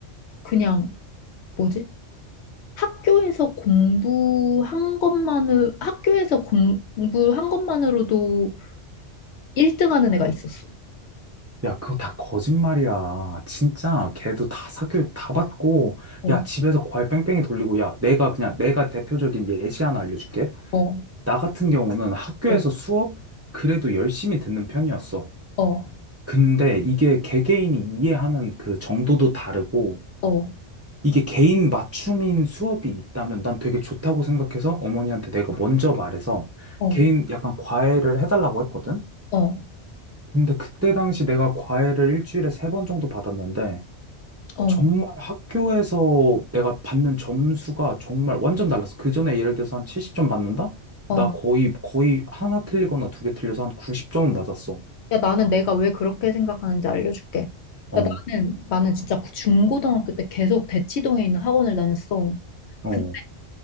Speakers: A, on the left; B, on the right.
A: 그냥, 뭐지? 학교에서 공부한 것만으로, 학교에서 공부한 것만으로도 1등 하는 애가 있었어.
B: 야, 그거 다 거짓말이야. 진짜 걔도 다 사교육 다 받고,
A: 어,
B: 야, 집에서 과외 뺑뺑이 돌리고, 야, 내가 그냥, 내가 대표적인 예시 하나 알려줄게.
A: 어,
B: 나 같은 경우는 학교에서
A: 어,
B: 수업 그래도 열심히 듣는 편이었어.
A: 어,
B: 근데 이게 개개인이 이해하는 그 정도도 다르고,
A: 어,
B: 이게 개인 맞춤인 수업이 있다면 난 되게 좋다고 생각해서 어머니한테 내가 먼저 말해서
A: 어,
B: 개인 약간 과외를 해달라고 했거든?
A: 어,
B: 근데 그때 당시 내가 과외를 일주일에 세 번 정도 받았는데
A: 어,
B: 정말 학교에서 내가 받는 점수가 정말 완전 달랐어. 그 전에 예를 들어서 한 70점 받는다?
A: 어.
B: 나 거의, 거의 하나 틀리거나 두 개 틀려서 한 90점은 맞았어.
A: 야, 나는 내가 왜 그렇게 생각하는지 알려줄게.
B: 어,
A: 야, 나는, 나는 진짜 그 중고등학교 때 계속 대치동에 있는 학원을 다녔어.
B: 어,
A: 그-